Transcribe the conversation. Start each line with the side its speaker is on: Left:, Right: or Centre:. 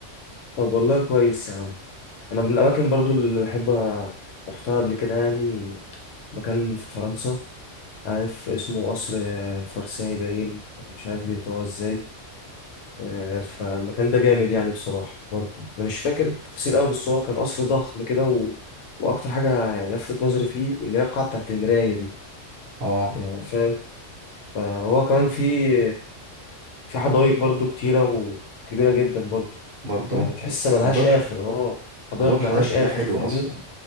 Left: طب والله كويس يا عم انا من الاماكن برضو اللي بحب رحتها قبل كده يعني مكان في فرنسا عارف اسمه قصر فرساي باين مش عارف بينطقوها ازاي آه، فالمكان ده جامد يعني بصراحة برضو انا مش فاكر التفاصيل قوي بس هو كان قصر ضخم كده و... واكتر حاجة يعني لفتت نظري فيه اللي هي القاعة بتاعت المراية دي
Right: اه
Left: يعني فاهم فهو كمان في في حدائق برضو كتيرة وكبيرة جدا برضو
Right: برضه
Left: يعني تحس ملهاش
Right: موضوع الح...
Left: اخر اه حدائق
Right: موضوع الحدائق
Left: ملهاش اخر
Right: ده حلو
Left: فاهمني
Right: اصلا